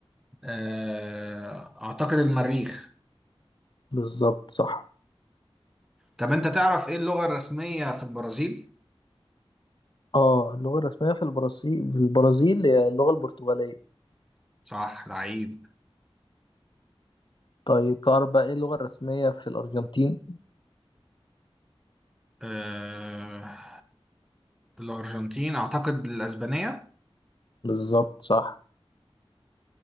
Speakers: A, in the centre; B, on the left (about 50°).
A: آه، أعتقد المريخ
B: بالظبط صح
A: طب أنت تعرف إيه اللغة الرسمية في البرازيل؟
B: اه اللغة الرسمية في البرازيل في البرازيل هي اللغة البرتغالية
A: صح لعيب
B: طيب تعرف بقى ايه اللغة الرسمية في الارجنتين
A: آه، الأرجنتين أعتقد الأسبانية
B: بالظبط صح